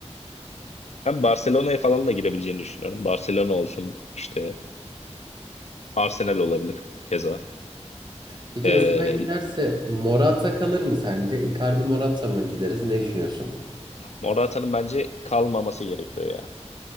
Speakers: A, on the left (about 70°); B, on the right (about 40°).
A: Ben Barcelona'ya falan da girebileceğini düşünüyorum. Barcelona olsun işte Arsenal olabilir keza.
B: Peki
A: E,
B: Osimhen giderse Morata kalır mı sence? Icardi Morata mı gideriz? Ne düşünüyorsun?
A: Morata'nın bence kalmaması gerekiyor ya.